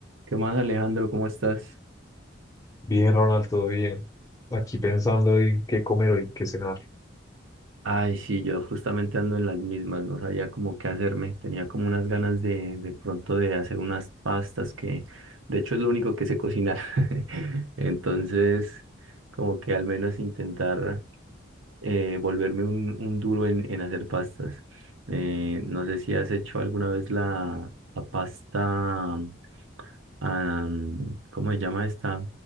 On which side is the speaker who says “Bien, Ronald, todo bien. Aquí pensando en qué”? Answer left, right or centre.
Left